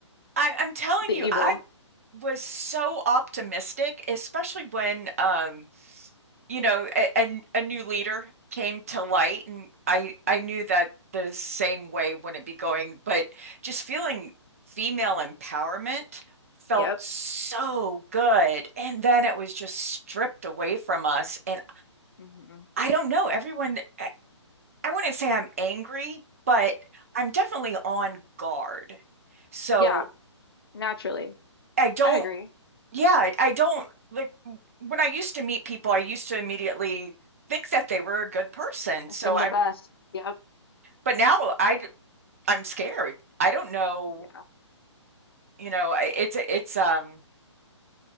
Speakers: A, on the right; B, on the left.
A: I, I'm telling
B: the
A: you,
B: evil.
A: I was so optimistic, especially when um, you know, a, a, a new leader came to light, and I I knew that the same way wouldn't be going, but just feeling female empowerment felt
B: Yep.
A: so good, and then it was just stripped away from us, and
B: hmm
A: I don't know, everyone, I, I wouldn't say I'm angry, but I'm definitely on guard, so.
B: Yeah, naturally.
A: I don't
B: I'd agree.
A: Yeah, I, I don't like when I used to meet people, I used to immediately think that they were a good person.
B: Assume
A: So I
B: the best.
A: would,
B: Yep.
A: but now I I'm scared. I don't know,
B: Yeah.
A: you know, I- it's it's um